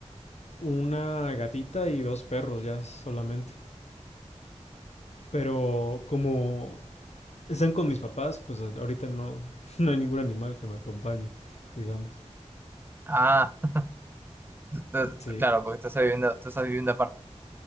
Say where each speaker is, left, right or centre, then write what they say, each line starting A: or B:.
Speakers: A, on the left; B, on the right.
A: una gatita y dos perros ya solamente. Pero como están con mis papás, pues ahorita no, <laughs> no hay ningún animal que me acompañe, digamos.
B: Ah, <laughs> entonces,
A: Sí,
B: claro, porque estás viviendo, tú estás viviendo aparte.